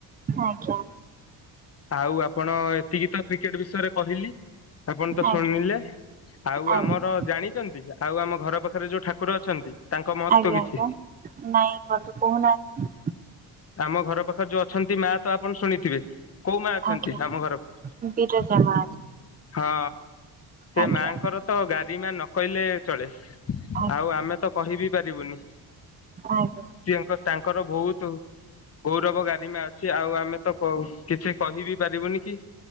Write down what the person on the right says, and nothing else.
ଆଜ୍ଞା।
ଆଜ୍ଞା
ଆଜ୍ଞା ଆଜ୍ଞା।
ଆଜ୍ଞା
ଆଜ୍ଞା ନାଇଁ ବନ୍ଧୁ କହୁନାହାନ୍ତି।
ଆଜ୍ଞା
ବିରଜା ମା
ଅଛି
ଆଜ୍ଞା
ଆଜ୍ଞା।